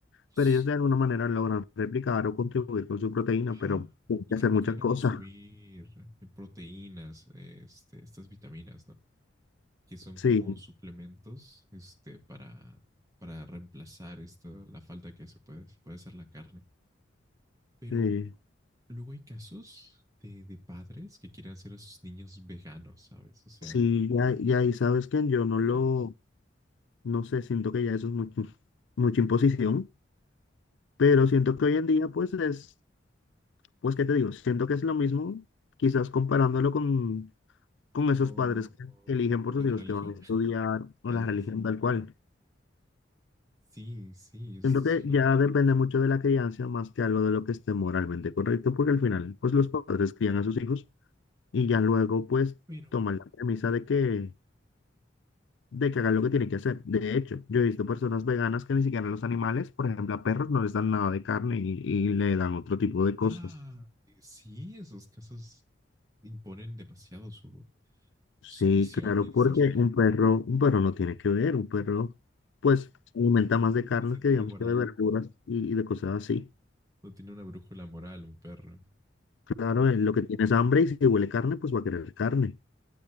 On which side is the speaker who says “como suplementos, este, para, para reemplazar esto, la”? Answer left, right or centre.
Right